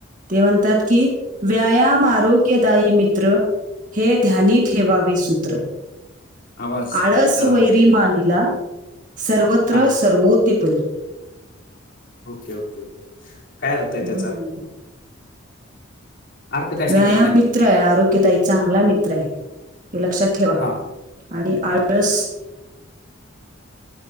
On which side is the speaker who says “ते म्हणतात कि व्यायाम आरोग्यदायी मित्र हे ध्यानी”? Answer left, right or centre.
Right